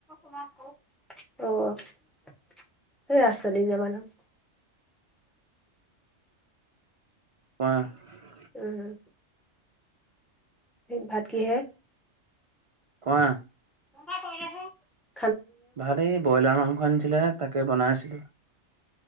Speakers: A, on the right; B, in the centre.
A: <unintelligible>
B: অ সেই ৰাস্তা দি যোৱা মানুহ <unintelligible>
A: ৱাহ <unintelligible>
B: উম ভাত কি হে
A: কোৱা?
B: <unintelligible> কৰিলে আছে <inaudible>
A: ভালেই ব্ৰইলাৰ মাংস আনিছিলে তাকে বনাই আছিলো